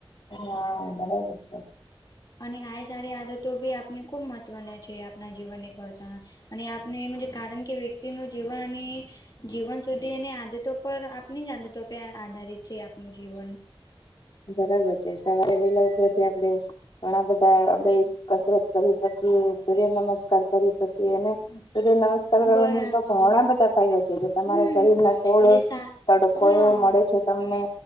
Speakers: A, on the left; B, on the left.
A: <unintelligible> છે.
B: અને આય સારી આદતો બી આપને ખૂબ મહત્વના છે, આપના જીવનને કરતા, અને આપને એમજે કારણ કે વ્યક્તિનું જીવનની, જીવન સુધીની આદતો પર આપની જ આદતો પે આધારિત છે આપનું જીવન,
A: બરાબર છે, સવારે વેલા ઉઠવાથી આપડે ઘણા બધા આબેય કસરત કરી શકીએ, સૂર્ય નમસ્કાર કરી શકીએને, સૂર્ય નમસ્કાર કરવાનું
B: બરાબર
A: ઘણા બધા ફાયદા છે, તમારા
B: હમ
A: શરીરમાં થોડો,
B: સા
A: તડકો
B: હા
A: એવો મળે છે તમને